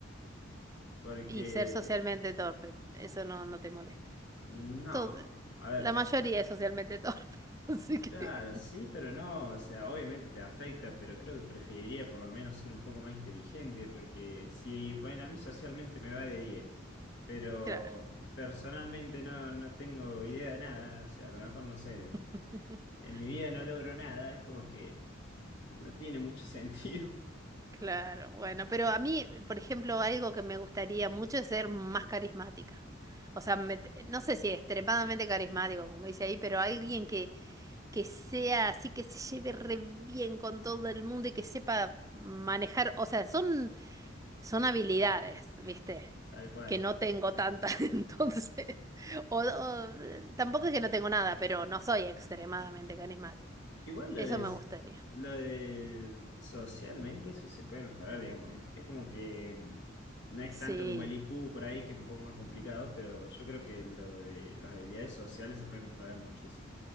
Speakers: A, on the left (about 65°); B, on the right (about 15°).
A: porque
B: Y ser socialmente torpe, eso no, no te molesta.
A: no,
B: todo-
A: a ver.
B: la mayoría es socialmente torpe, <laughs> así que,
A: Claro, sí, pero no, o sea, obviamente te afecta, pero creo que preferiría por lo menos ser un poco más inteligente, porque si ponen a mí socialmente me va de diez pero
B: claro,
A: personalmente no, no tengo idea de nada, o sea, a lo mejor no sé, en,
B: <laughs>
A: en mi vida no logro nada, es como que no tiene mucho <laughs> sentido,
B: claro, bueno, pero a mí, por ejemplo, algo que me gustaría mucho es ser más carismática. O sea, me- no sé si extremadamente carismático, como dice ahí, pero alguien que, que sea así, que se lleve re bien con todo el mundo y que sepa manejar, o sea, son son habilidades, ¿viste?
A: tal cual.
B: Que no tengo tantas, <laughs> entonces. O, o, tampoco es que no tengo nada, pero no soy extremadamente carismático.
A: Igual lo
B: Eso
A: de,
B: me gustaría.
A: lo de socialmente eso se puede mejorar, digamos. Es, es como que mm, no es
B: Sí,
A: tanto como el I Q por ahí, que es un poco más complicado, pero yo creo que lo de las habilidades sociales se pueden mejorar muchísimo.